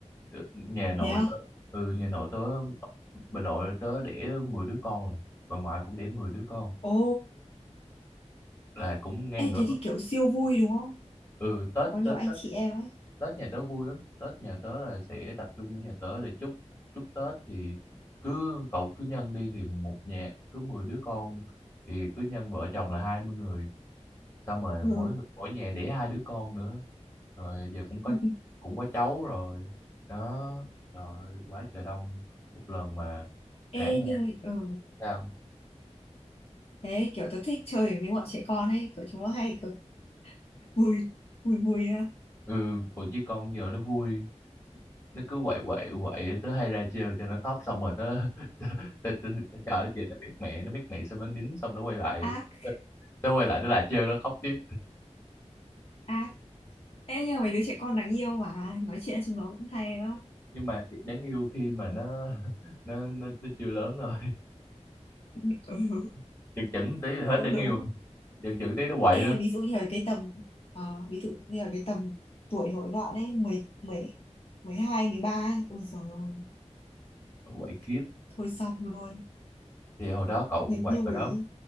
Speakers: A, on the left; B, on the left.
A: Ừ, nhà nội
B: thế à
A: tớ, ừ nhà nội tớ bà nội tớ đẻ 10 đứa con rồi bà ngoại cũng đẻ 10 đứa con
B: ồ
A: là cũng ngang
B: ê
A: ngửa
B: thế thì kiểu siêu vui đúng không
A: ừ Tết
B: có nhiều
A: Tết
B: anh
A: Tết
B: chị em ấy
A: Tết nhà tớ vui lắm Tết nhà tớ là sẽ tập trung ở nhà tớ để chúc chúc Tết thì cứ cậu cứ nhân đi thì một nhà cứ 10 đứa con thì cứ nhân vợ chồng là 20 người xong rồi
B: ừ
A: mỗi mỗi nhà đẻ hai đứa con nữa rồi giờ cũng có
B: <laughs>
A: cũng có cháu rồi đó trời ơi, quá trời đông một lần mà cả
B: ê như ừ
A: Sao?
B: thế kiểu tớ thích chơi với bọn trẻ con ấy kiểu chúng nó hay kiểu vui vui vui á.
A: ừ còn chứ con giờ nó vui nó cứ quậy quậy quậy tớ hay ra trêu cho nó khóc xong rồi tớ <laughs> tớ tớ, tớ chờ chị nó biết mẹ nó biết mẹ xong nó nín xong nó quay lại
B: ác
A: tớ, tớ quay lại tớ lại trêu nó khóc tiếp
B: ác ê nhưng mà mấy đứa trẻ con đáng yêu mà nói chuyện chúng nó cũng hay đó
A: nhưng mà chị đáng yêu khi mà nó <laughs> nó nó, nó chưa lớn rồi
B: <laughs> ừ,
A: <laughs> chừng chừng tí là hết
B: cũng
A: đáng
B: đúng
A: yêu chừng chừng tí nó quậy
B: ê
A: lắm
B: ví dụ như ở cái tầm ờ, ví dụ như ở cái tầm tuổi nổi loạn ấy mười mười mười hai mười ba ấy ôi giời ơi
A: quậy khiếp
B: thôi xong luôn
A: thì hồi đó cậu cũng
B: nghịch
A: quậy
B: như
A: rồi
B: quỷ
A: đó